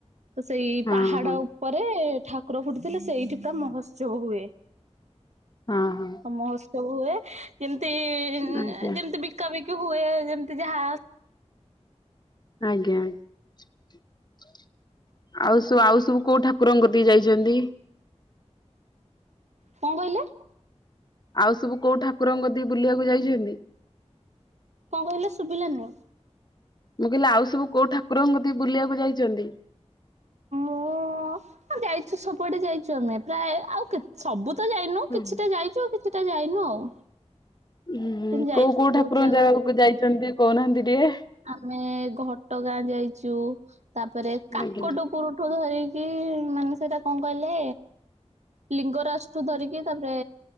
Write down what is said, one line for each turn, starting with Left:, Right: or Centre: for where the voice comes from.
Right: ତ ସେଇ
Left: ହଁ ହଁ
Right: ପାହାଡ
Left: ହଁ
Right: ଉପରେ। ଠାକୁର ଫୁଠିଥିଲେ ସେଇଠି ପୁରା ମହୋତ୍ସବ ହୁଏ।
Left: ହଁ ହଁ।
Right: ତ ମହୋତ୍ସବ ହୁଏ ଯେମତି
Left: ଆଜ୍ଞା
Right: ଯେମତି ବିକାବିକି ହୁଏ ଯେମିତି ଯାହା।
Left: ଆଜ୍ଞା ଆଉ ସବୁ ଆଉ ସବୁ କୋଉ ଠାକୁରଙ୍କ କ କତିକୀ ଯାଇଚନ୍ତି।
Right: କଣ କହିଲେ?
Left: ଆଉ ସବୁ କୋଉ ଠାକୁରଙ୍କ ଦେଇ ବୁଲିବାକୁ ଯାଇଛନ୍ତି?
Right: କଣ କହିଲେ ଶୁଭିଲାନି?
Left: ମୁଁ କହିଲି ଆଉ ସବୁ କୋଉ ଠାକୁରଙ୍କ କତିକି ବୁଲିବାକୁ ଯାଇଛନ୍ତି?
Right: ଓ ଆ ଯାଇଛୁ ସବୁଆଡେ ଯାଇଛୁ ଆମେ ପ୍ରାୟ ଆଉ ସବୁ ତ ଯାଇନୁ
Left: ହୁଁ
Right: କିଛିଟା ଯାଇଛୁ ଆଉ କିଛିଟା ଯାଇନୁ ଆଉ।
Left: ହୁଁ
Right: କିନ୍ତୁ ଯାଇଛୁ
Left: କୋଉ କୋଉ ଠାକୁରଙ୍କ
Right: ବହୁତ ଜାଗା
Left: ଜାଗାକୁ ଯାଇଛନ୍ତି କହୁନାହାନ୍ତି ଟିକେ?
Right: ଆମେ ଘଟଗାଁ ଯାଇଛୁ ତାପରେ କାକଟ
Left: ଆଜ୍ଞା
Right: ପୁରଠୁ ଧରି କି ମାନେ ସେଇଟା କଣ କହିଲେ ଲିଙ୍ଗରାଷ୍ଟୁ ଧରିକି ତାପରେ